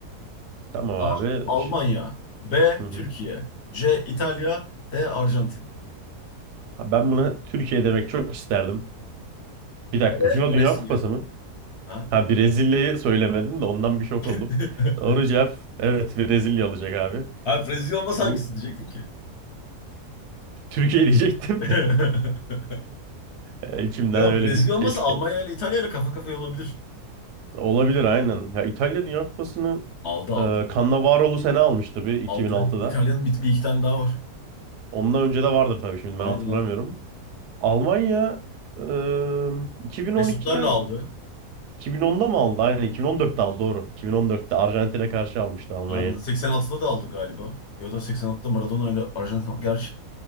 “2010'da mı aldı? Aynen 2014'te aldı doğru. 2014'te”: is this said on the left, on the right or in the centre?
Right